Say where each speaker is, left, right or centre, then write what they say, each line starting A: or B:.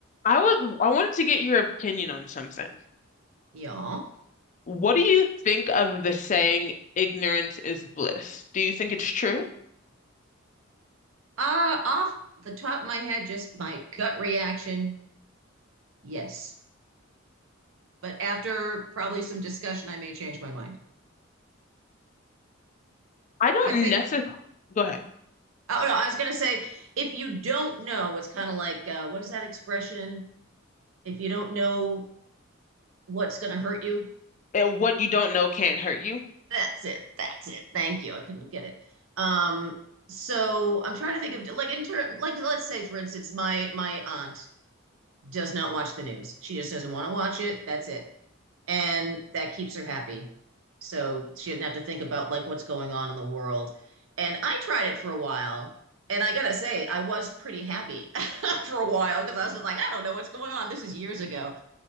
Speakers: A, on the left; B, on the right.
A: I was I wanted to get your opinion on something.
B: Y'all.
A: What do you think of the saying ignorance is bliss? Do you think it's true?
B: Uh, off the top of my head, just my gut reaction, yes. But after probably some discussion, I may change my mind.
A: I don't
B: I think,
A: necessarily go ahead.
B: oh no, I was going to say, if you don't know, it's kind of like, uh, what is that expression? If you don't know what's going to hurt you,
A: And what you don't know can't hurt you.
B: that's it. That's it. Thank you. I couldn't get it. Um, so I'm trying to think of like in ter- like let's say for instance, my my aunt does not watch the news. She just doesn't want to watch it. That's it. and that keeps her happy. So she doesn't have to think about like what's going on in the world. And I tried it for a while, and I gotta say, I was pretty happy <laughs> for a while because I was just like, I don't know what's going on. This is years ago,